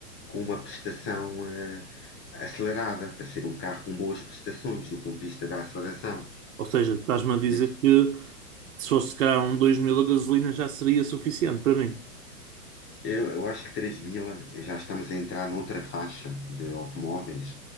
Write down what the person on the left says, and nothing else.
com uma prestação ah, acelerada, para ser um carro com boas prestações do ponto de vista da aceleração.
Desde
Eu, eu acho que três mil eh, já estamos a entrar noutra faixa de automóveis,